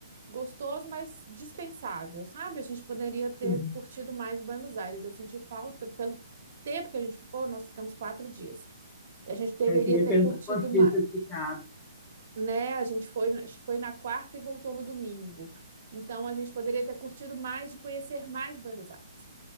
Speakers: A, on the right; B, on the left.
A: gostoso, mas dispensável, sabe? A gente poderia ter
B: Sim.
A: curtido mais Buenos Aires. Eu senti falta pelo tempo que a gente ficou, nós ficamos quatro dias. E a gente deveria
B: Aí você ia
A: ter
B: perguntar
A: curtido
B: quantos dias
A: mais
B: eu ficar.
A: né? A gente foi, foi na quarta e voltou no domingo. Então, a gente poderia ter curtido mais de conhecer mais Buenos Aires,